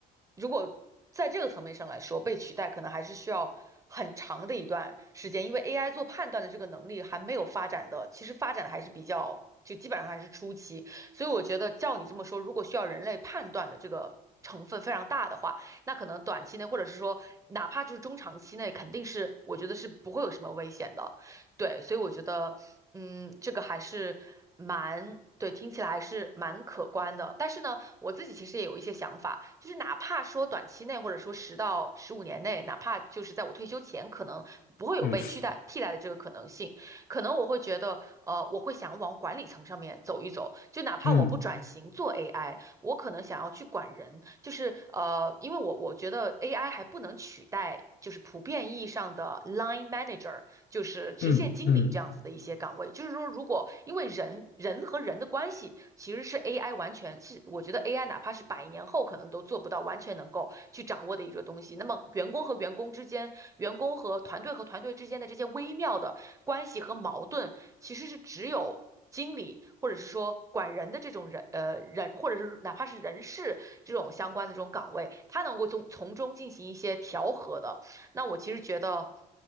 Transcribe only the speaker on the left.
嗯
嗯
嗯嗯。